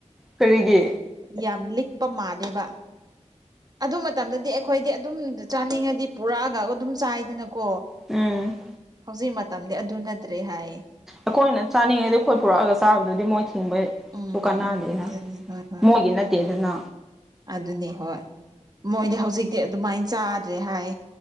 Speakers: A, in the centre; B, on the right.
A: ꯀꯔꯤꯒꯤ
B: ꯌꯥꯝ ꯂꯤꯛꯄ ꯃꯥꯜꯂꯦꯕ ꯑꯗꯨ ꯃꯇꯝꯗꯗꯤ ꯑꯩꯈꯣꯏꯗꯤ ꯑꯗꯨꯝ ꯆꯥꯅꯤꯡꯉꯗꯤ ꯄꯨꯔꯛꯑꯒ ꯑꯗꯨꯝ ꯆꯥꯏꯗꯅꯀꯣ
A: ꯎꯝ
B: ꯍꯧꯖꯤꯛ ꯃꯇꯝꯗꯤ ꯑꯗꯨ ꯅꯠꯇ꯭ꯔꯦ ꯍꯥꯏꯌꯦ
A: ꯑꯩꯈꯣꯏꯅ ꯆꯥꯅꯤꯡꯉꯩꯗ ꯑꯩꯈꯣꯏ ꯄꯨꯔꯛꯑꯒ ꯆꯥꯕꯗꯨꯗꯤ ꯃꯣꯏ ꯊꯤꯡꯕꯩ
B: ꯎꯝ
A: ꯁꯨ ꯀꯅꯥꯗꯦꯅ
B: ꯎꯝ ꯑꯗꯨꯅꯤ ꯍꯣꯏ ꯍꯣꯏ
A: ꯃꯣꯏꯒꯤ ꯅꯠꯇꯦꯗꯅ
B: ꯑꯗꯨꯅꯤ ꯍꯣꯏ ꯃꯣꯏꯗꯤ ꯍꯧꯖꯤꯛꯇꯤ ꯑꯗꯨꯃꯥꯏꯅ ꯆꯥꯗ꯭ꯔꯦ ꯍꯥꯏ